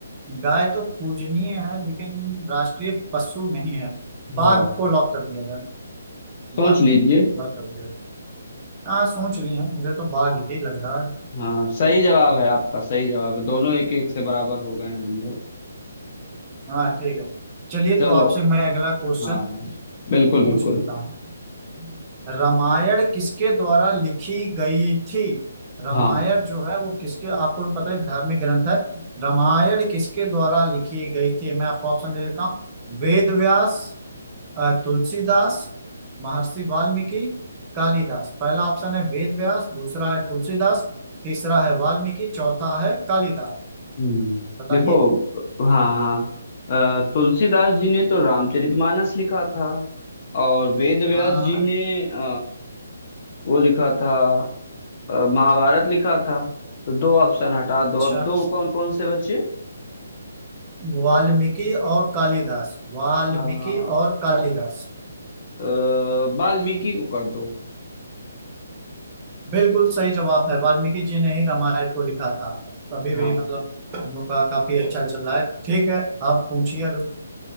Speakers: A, on the right; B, on the left.
A: गाय तो पूजनीय है लेकिन राष्ट्रीय पशु नहीं है बाघ
B: हाँ
A: को लॉक कर दिया जाए
B: सोच
A: बाघ को
B: लीजिए
A: बाघ कर दिया हाँ सोच रही हैं मुझे तो बाघ ही लग रहा है
B: हाँ सही जवाब है आपका सही जवाब है दोनों एक एक से बराबर हो गए हैं हम लोग
A: हाँ ठीक है चलिए
B: चलो
A: तो आपसे मैं अगला क्वेश्चन
B: हाँ हाँ बिल्कुल
A: पूछ
B: बिल्कुल
A: लेता हूँ रामायण किसके द्वारा लिखी गई थी रामायण
B: हाँ
A: जो है वो किसके आपको भी पता है धार्मिक ग्रंथ है रामायण किसके द्वारा लिखी गई थी मैं आपको ऑप्शन दे देता हूँ वेद व्यास अ, तुलसीदास महर्षि वाल्मीकि कालिदास पहला ऑप्शन है वेद व्यास दूसरा है तुलसीदास तीसरा है वाल्मीकि चौथा है कालिदास
B: हम्म
A: बताइए
B: देखो हाँ हाँ अ, तुलसीदास जी ने तो रामचरितमानस लिखा था और वेद व्यास
A: हाँ
B: जी ने अ, वो लिखा था अ, महाभारत लिखा था तो दो ऑप्शन हटा
A: अच्छा
B: दो अब दो कौन कौन से बचे
A: वाल्मीकि और कालिदास वाल्मीकि
B: अ,
A: और कालिदास
B: अ, वाल्मीकि को कर दो
A: बिल्कुल सही जवाब है वाल्मीकि जी ने ही रामायण को लिखा था अभी
B: हाँ
A: भी मतलब हम लोग का काफी अच्छा चल रहा है ठीक है आप पूछिए अगर